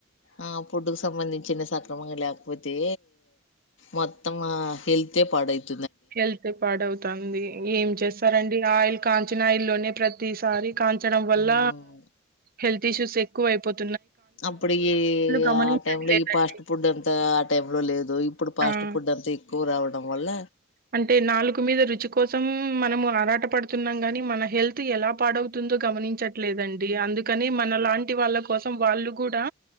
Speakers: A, on the left; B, on the right.
A: ఆ పుడ్డుకు సంబంధించి చిన్న సక్రమం కాకపోతే మొత్తం హెల్తే పడవుతు
B: హెల్త్ పాడవుతుంది ఏం చేస్తారండి ఆయిల్ కాంచిన ఇల్లోనే ప్రతిసారి కాంచడం వల్ల
A: ఉమ్.
B: హెల్త్ ఇష్యూస్ ఎక్కువ అయిపోత
A: అప్పుడు ఈ
B: గమనించట్లేదండి.
A: ఆ టై లో ఈ ఫాస్ట్ ఫుడ్ అంత ఆ టై లో లేదు ఇప్పుడు ఫాస్ట్
B: ఆ!
A: ఫుడ్ త ఎక్కువ రావడం వల్ల
B: అంటే నాలుగు మీద రుచి కోసం మనము ఆరాట పడుతున్నాం గాని మన హెల్త్ ఎలా పాడవుతుందో గమనించట్లేదండి అందుకని మన లాంటి వాళ్ళ కోసం వాళ్ళు కూడా